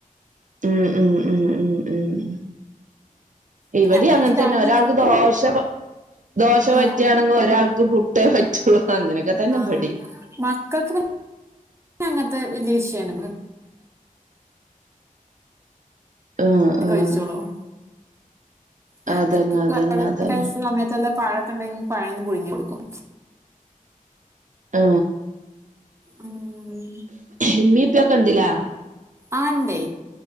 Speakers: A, on the right; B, on the right.
A: ഉം ഉം ഉം ഉം ഉം ഇവിടെ
B: പിന്നെ അമ്മക്ക്
A: അങ്ങനതന്നെ
B: രാവിലൊക്കെ
A: ഒരാൾക്ക് ദോഷ കോ ദോശ പറ്റുയാണെങ്കിൽ
B: ആഹ്
A: ഒരാൾക്ക് പുട്ടേ പറ്റുള്ളൂ അങ്ങനെയൊക്കെ തന്നെ
B: ആഹ്
A: ഇവിടേം
B: മക്കൾക്ക് പിന്നെ അങ്ങനത്തെ വല്ല്യ വിഷയാണ്
A: ആഹ് ആഹ്
B: കഴിച്ചോളും ഞ <unintelligible>
A: അതന്നെ അതന്നെ അതന്നെ
B: സമയത്തല്ല പഴൊക്കെ ണ്ടെങ്കിൽ പഴന്ന് പുഴുങ്ങി ടുക്കും
A: ആ
B: ഉം
A: ഉമ്മേം പ്പെയൊക്കെ ണ്ട് ലെ
B: ആ ണ്ടെ